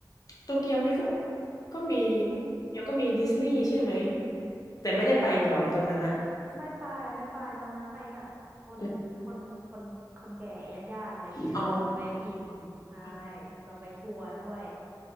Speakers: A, on the left; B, on the right.
A: โตเกียวนี่ก็
B: รู้สึก
A: ก็มี
B: อืม
A: เดี๋ยวก็มีดิสนีย์ใช่ไหมแต่ไม่ได้ไปเหรอตอนนั้นอะ
B: ไม่ไปไม่ไปตอนนั้นไปกับคนคนคนคนแก่ญาติญาติอะไรเงี้ยเขาไม่อินใช่
A: อืมอ๋อครับ
B: เราไปทัวร์ด้วย